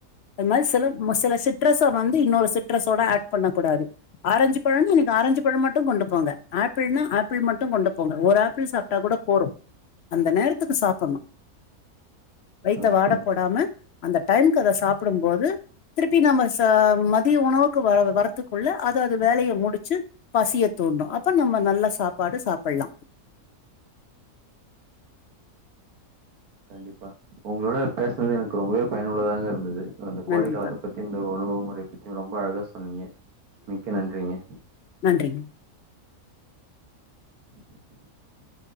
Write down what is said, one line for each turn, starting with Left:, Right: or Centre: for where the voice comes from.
Left: அது மாரி சில சில சிட்ரஸ்ச வந்து இன்னொரு சிட்ரஸ்சோட ஆட் பண்ண கூடாது ஆரஞ்சு பழம் னா இன்னைக்கு ஆரஞ்சு பழம் மட்டு கொண்டு போங்க ஆப்பிள்னா ஆப்பிள் மட்டு கொண்டு போங்க ஒரு ஆப்பிள் சாப் கூட போறு அந்த நேரத்துக்கு சாப்பிடணு வயித்த
Right: ஓகே
Left: வாட போடாம அந்த டைத்திகு அத சாப்பிடும்போது திருப்பி நம்ம ச மதிய உணவுக்கு வர வரத்துக்குள்ள அதது அது வேலைய முடிச்சு பசிய தூண்டு அப்ப நம்ம நல்லா சாப்பாடு சாப்பிட்லா
Right: கண்டிப்பா உங்களோட பேசினது எனக்கு ரொம்பவே பயனுள்ளதாக இருந்தது அந்த கோடை
Left: நன்றிப்பா
Right: காலத்த பத்தி இந்த உணவு முறை பத்தி ரொம்ப அழகா சொன்னீங்க மிக்க நன்றிங்க
Left: நன்றி
Right: <inaudible>